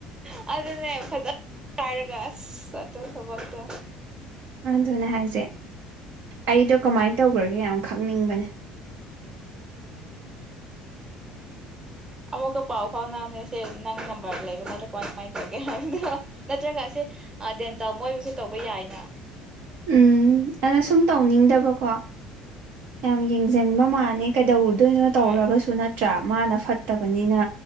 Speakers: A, on the right; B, on the right.
A: ꯑꯗꯨꯗ ꯇꯥꯔꯒꯥꯁꯇ ꯁꯕꯛ ꯇ
B: ꯑꯗꯨꯅꯦ ꯍꯥꯏꯁꯦ ꯑꯩꯗꯣ ꯀꯃꯥꯏꯅ ꯇꯧꯈ꯭ꯔꯒꯦ ꯌꯥꯝ ꯈꯪꯅꯤꯡꯕꯅꯦ
A: ꯑꯃꯨꯛꯀ ꯄꯥꯎ ꯐꯥꯎꯅꯅꯦꯁꯦ ꯅꯪ ꯅꯕꯥꯔ ꯂꯩꯕ ꯅꯠꯇ꯭ꯔꯒ ꯃꯥꯥꯏ ꯇꯦ ꯅꯠꯇ꯭ꯔꯒꯁꯦ ꯗꯦꯟ ꯇ ꯃꯣꯏꯕꯨꯁꯨ ꯇꯧꯕ ꯌꯥꯏꯅ
B: ꯎꯝ ꯑꯩꯅ ꯁꯨꯝ ꯇꯧꯅꯤꯡꯗꯕꯀꯣ ꯌꯥꯝ ꯌꯦꯡꯁꯤꯟꯕ ꯃꯥꯅꯤ ꯀꯩꯗꯧꯗ ꯑꯗꯨꯅꯣ
A: ꯍꯣꯏ
B: ꯇꯧꯔꯒꯁꯨ ꯅꯠꯇ꯭ꯔꯥ ꯃꯥꯅ ꯐꯠꯇꯕꯅꯤꯅ